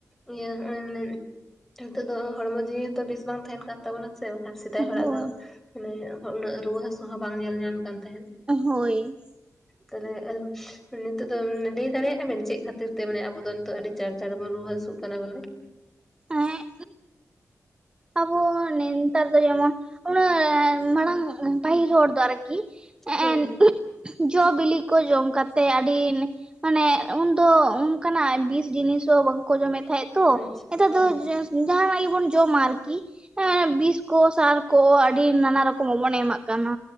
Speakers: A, in the centre; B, on the right (about 15°).
A: ᱤᱭᱟᱹ ᱱᱚᱜᱚᱭ ᱢᱟᱱᱮ ᱱᱤᱛᱚᱜ ᱫᱚ ᱦᱚᱲᱢᱚ ᱡᱤᱣᱤ ᱦᱚᱸ ᱛᱚ ᱵᱮᱥ ᱵᱟᱝ ᱛᱟᱦᱮᱱ ᱠᱟᱱ ᱛᱟᱵᱚᱱᱟ᱾ ᱥᱮ ᱵᱟᱝᱠᱷᱟᱱ ᱥᱮᱫᱟᱭ ᱦᱚᱲᱟᱜ
B: ᱦᱳᱭ
A: ᱫᱚ ᱢᱟᱱᱮ ᱩᱱᱟᱹᱜ ᱨᱩᱣᱟᱹ ᱦᱟ. ᱥᱩ ᱦᱚᱸ ᱵᱟᱝ ᱧᱮᱞ ᱧᱟᱢ ᱠᱟᱱ ᱛᱟᱦᱮᱸᱫ᱾
B: ᱦᱚᱭ᱾
A: ᱛᱟᱦᱞᱮ ᱱᱤᱛᱚᱜ ᱫᱚ ᱞᱟᱹᱭ ᱫᱟᱲᱮᱭᱟᱜᱼᱟ ᱵᱤᱱ ᱪᱮᱫ ᱠᱷ ᱠᱷᱟᱹᱛᱤᱨ ᱛᱮ ᱢᱟᱱᱮ ᱟᱵᱚ ᱫᱚ ᱱᱤᱛᱚᱜ ᱟᱹᱰᱤ ᱪᱟᱬ-ᱪᱟᱬ ᱵᱚ ᱨᱩᱟᱹ ᱦᱟᱹᱥᱩᱜ ᱠᱟᱱᱟ ᱵᱚᱞᱮ
B: ᱮᱸᱜ ᱟᱵᱚ ᱱᱮᱛᱟᱨ ᱫᱚ ᱡᱮᱢᱚᱱ ᱚᱱᱟ ᱢᱟᱲᱟᱝ ᱯᱟᱦᱤᱞ ᱦᱚᱲ ᱫᱚ ᱟᱨᱠᱤ
A: ᱦᱳᱭ
B: ᱮᱸ
A: ᱦᱳᱭ
B: ᱡᱚ ᱵᱤᱞᱤ ᱠᱚ ᱡᱚᱢ ᱠᱟᱛᱮᱫ ᱟᱹᱰᱤ ᱢᱟᱱᱮ ᱩᱱᱫᱚ ᱚᱱᱠᱟᱱᱟᱜ ᱵᱤᱥ ᱡᱤᱱᱤᱥ ᱦᱚᱸ ᱵᱟᱝᱠᱚ ᱡᱚᱢᱮᱫ ᱛᱟᱦᱮᱸᱜ ᱛᱚ
A: ᱟᱪᱪᱷᱟ
B: ᱱᱮᱛᱟᱨ
A: ᱦᱳᱭ
B: ᱫᱚ
A: ᱦᱳᱭ
B: ᱡᱟᱦᱟᱱᱟᱜ ᱜᱮᱵᱚᱱ ᱡᱚᱢᱟ᱾ ᱟᱨᱠᱤ ᱮ ᱵᱤᱥ ᱠᱚ ᱥᱟᱨ ᱠᱚ ᱟᱹᱰᱤ ᱱᱟᱱᱟ ᱨᱚᱠᱚᱢᱟᱜ ᱵᱚᱱ ᱮᱢᱟᱜ ᱠᱟᱱᱟ᱾